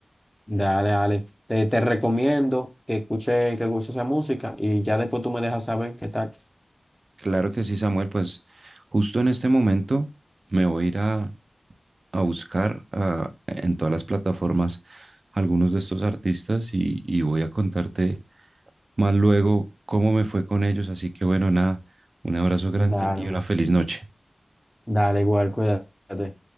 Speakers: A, in the centre; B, on the right.
A: Dale, dale. Te, te recomiendo que escuche, que escuche esa música y ya después tú me dejas saber qué tal.
B: Claro que sí, Samuel. Pues justo en este momento me voy a ir a a buscar ah, en todas las plataformas algunos de estos artistas y, y voy a contarte más luego cómo me fue con ellos. Así que bueno, nada, un abrazo grande
A: Dale.
B: y una feliz noche.
A: Dale, igual, cuídate.